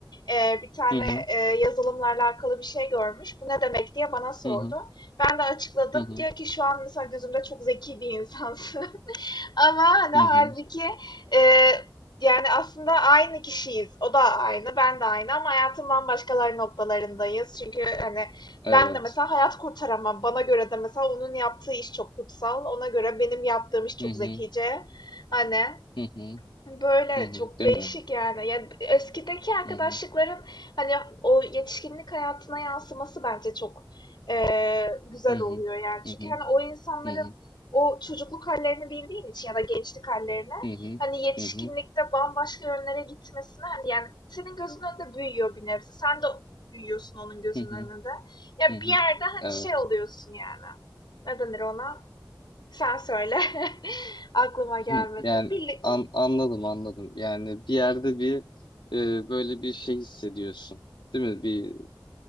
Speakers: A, on the left (about 70°); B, on the left (about 90°).
A: E, bir tane
B: hı
A: e, yazılımlarla alakalı bir şey görmüş. Bu ne demek diye bana sordu.
B: hı hı hı
A: Ben de açıkladım.
B: hı hı
A: Diyor ki şu an mesela gözümde çok zeki bir insansın. <laughs> <laughs> Ama hani
B: hı
A: halbuki
B: hı.
A: eee, yani aslında aynı kişiyiz. O da aynı, ben de aynı ama hayatın bambaşkalar noktalarındayız. Çünkü, hani,
B: Evet.
A: ben de mesela hayat kurtaramam. Bana göre de mesela onun yaptığı iş çok kutsal. Ona göre benim yaptığım iş çok
B: Hı hı
A: zekice. Hani
B: hı hı
A: Hani Böyle
B: hı hı.
A: çok
B: Değil
A: değişik
B: mi?
A: yani. Ya eskideki arkadaşlıkların
B: Hı hı
A: hani o yetişkinlik hayatına yansıması bence çok eee, güzel
B: hı hı
A: oluyor yani. Çünkü
B: hı hı
A: hani o insanların
B: hı hı hı
A: o çocukluk hallerini bildiğin için ya da gençlik hallerini
B: hı
A: hani yetişkinlikte
B: hı hı
A: bambaşka yönlere gitmesine hani yani senin gözünün önünde büyüyor bir nebze. Sen de büyüyorsun onun gözünün
B: hı hı
A: önünde. Ya
B: hı hı.
A: bir yerde hani
B: Evet.
A: şey oluyorsun yani. Ne denir ona? Sen söyle. <laughs> Aklıma gelmedi.
B: Hı, Yani
A: Birlik...
B: an, anladım anladım. Yani bir yerde bir e, böyle bir şey hissediyorsun. Değil mi? Bir